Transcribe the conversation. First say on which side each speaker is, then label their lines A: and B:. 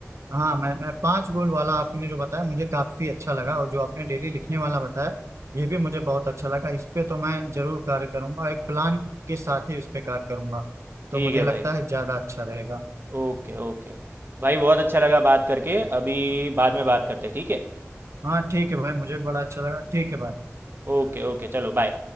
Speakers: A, on the right; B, on the right.
A: हाँ मैं मैं पांच गोल वाला आपने जो बताया मुझे काफी अच्छा लगा और जो आपने डेली लिखने वाला बताया ये भी मुझे बहुत अच्छा लगा इस पे तो मैं जरूर कार्य करूंगा एक प्लान के साथ ही इस पे कार्य करूंगा तो
B: ठीक
A: मुझे
B: है
A: लगता
B: भाई
A: है ज्यादा अच्छा रहेगा
B: Okay okay भाई बहुत अच्छा लगा बात करके अभी बाद में बात करते हैं ठीक है
A: हाँ ठीक है भाई मुझे बड़ा अच्छा लगा ठीक है भाई
B: ओके ओके चलो बाय